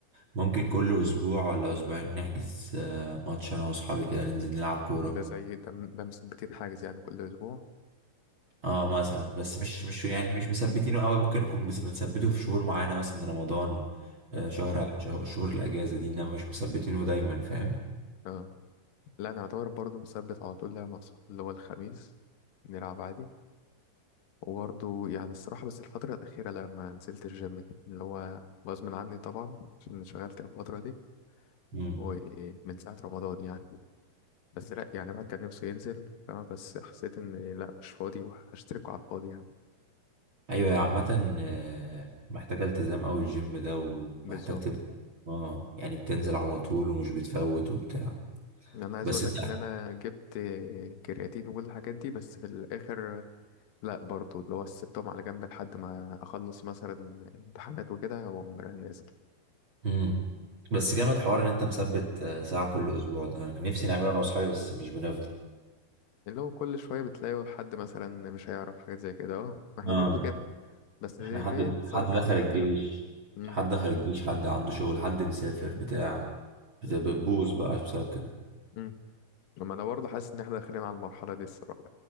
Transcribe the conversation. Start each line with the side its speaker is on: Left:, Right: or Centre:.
Right: ممكن كل اسبوع ولا اسبوعين نحجز آه، ماتش انا واصحابي كده ننزل نلعب كوره
Left: ده زي ده م- ده مثبتين حاجز يعني كل اسبوع
Right: اه مثلا بس مش مش يعني مش مثبتينه قوي ممكن نكون بس- بنثبته في شهور معينه مثلا رمضان آه،
Left: مم.
Right: شهر شهر شهور الاجازه دي انما مش مثبتينه دايما فاهم
Left: اه لا انا اعتبر برضه مثبت على طول لعبه مع صحابي اللي هو الخميس نلعب عادي وبرضه يعني الصراحه بس الفتره الاخيره لما نزلت الجيم اللي هو غصب عني طبعا عشان شغلت الفتره دي
Right: امم
Left: هو إيه من ساعة رمضان يعني بس لا يعني الواحد كان نفسه ينزل فاهمة بس حسيت إن لا مش فاضي وهشتركه على الفاضي يعني
Right: ايوه هي عامة آه، محتاجة التزام اوي الجيم ده ومحتاج
Left: بالظبط
Right: تبقى اه يعني بتنزل على طول ومش بتفوت وبتاع
Left: أنا عايز
Right: بس
Left: أقول
Right: انت
Left: لك إن أنا جبت كرياتين وكل الحاجات دي بس في الآخر لا برضو اللي هو سبتهم على جنب لحد ما أخلص مثلا امتحانات وكده وأقوم رايح نازل
Right: امم بس جامد حوار ان انت مثبت آه، ساعة كل اسبوع ده انا كان نفسي نعمله انا واصحابي بس مش بنفضل
Left: اللي هو كل شوية بتلاقي حد مثلا مش هيعرف حاجات زي كده أهو ما إحنا
Right: اه
Left: برضو كده بس
Right: احنا
Left: بنتصرف
Right: حد حد دخل
Left: يعني في حد
Right: الجيش
Left: غير امم
Right: حد دخل الجيش حد عنده شغل حد مسافر بتاع بت-
Left: أيوة.
Right: بتبوظ بقى بسبب كده
Left: امم لما انا برضه حاسس ان احنا داخلين على المرحله دي الصراحه